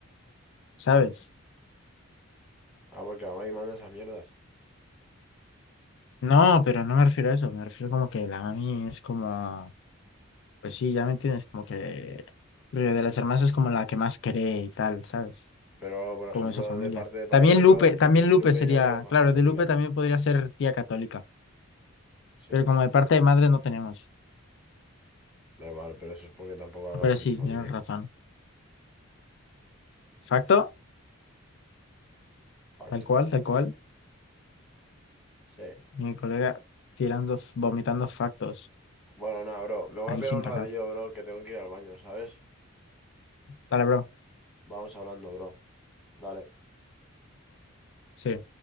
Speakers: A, on the left; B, in the centre.
A: ¿sabes?
B: Ah, porque la mami manda esas mierdas.
A: No, pero no me refiero a eso. Me refiero como que la mami es como, pues sí, ya me entiendes, como que. rollo, De las hermanas es como la que más cree y tal, ¿sabes?
B: Pero, por
A: Como
B: ejemplo,
A: de su familia.
B: de parte de padre,
A: También
B: bro,
A: Lupe, también
B: y
A: Lupe
B: Lupe
A: sería,
B: yo creo que es más
A: claro,
B: católica.
A: de Lupe también podría ser tía católica.
B: Sí,
A: Pero como de parte de madre no tenemos.
B: da igual, pero eso es porque tampoco hablas
A: Pero
B: con
A: sí,
B: tu familia.
A: tienes razón. Facto,
B: Pacto.
A: tal cual, tal cual.
B: Sí.
A: Mi colega tirando, vomitando factos.
B: Bueno, nada, bro. Me voy
A: Ahí
B: a pegar
A: sin
B: un
A: parar.
B: ratillo, bro, que tengo que ir al baño, ¿sabes?
A: Dale, bro.
B: Vamos hablando, bro. Dale.
A: Sí.